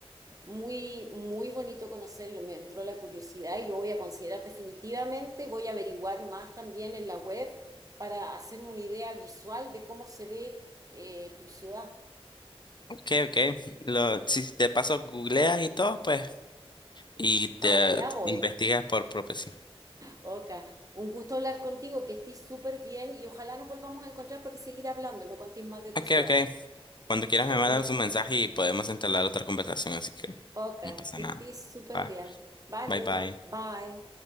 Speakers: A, on the right; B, on the left.
A: muy, muy bonito conocerlo, me entró la curiosidad y lo voy a considerar definitivamente. Voy a averiguar más también en la web para hacerme una idea visual de cómo se ve eh, tu ciudad.
B: Ok, ok. Lo, si te paso googleas y todo, pues, y te
A: Para allá voy.
B: investigas por propio sí.
A: Oka, un gusto hablar contigo, que estés súper bien y ojalá nos volvamos a encontrar para que seguir hablando y me contéis más de tu
B: Ok,
A: ciudad.
B: ok.
A: Que
B: Cuando
A: estés
B: quieras
A: súper,
B: me mandas un mensaje y podemos entablar otra conversación, así que
A: Oka,
B: no pasa
A: que
B: nada.
A: estés súper
B: Va.
A: bien. Vale,
B: Bye, bye.
A: bye.